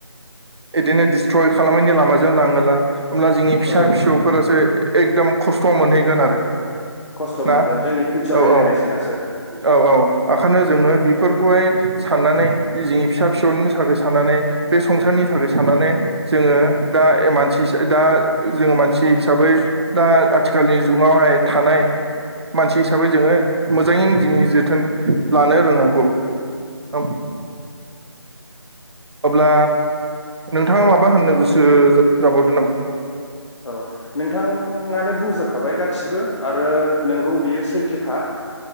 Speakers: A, on the right; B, on the left.
A: इदिनो दिस्ट्रय खालामनायनि लामाजों लाङोला होमब्ला जोंनि फिसा
B: औ
A: फिसौफोरासो एकदम खस्थ' मोनहैगोन आरो
B: खस्थ'
A: ना
B: मोनगोन जोंनि फिउचार
A: औ
B: जेनेरेसनासो
A: औ औ औ आखानो जोङो बिफोरखौहाय साननानै जोंनि फिसा फिसौनि थाखाय साननानै बे संसारनि थाखाय साननानै जोङो दा मानसि दा जोङो मानसि हिसाबै दा आथिखालनि जुगावहाय थानाय मानसि हिसाबै जोङो मोजाङैनो जिंनि जोथोन लानो रोंनांगौ औ अब्ला नोंथाङा माबा होननो गोसो जा <inaudible> जाबावदो नामा
B: औ नोंथाङानो बुंजोबखाबाय गासिबो आरो नोंगौ बियो सैथ थोखा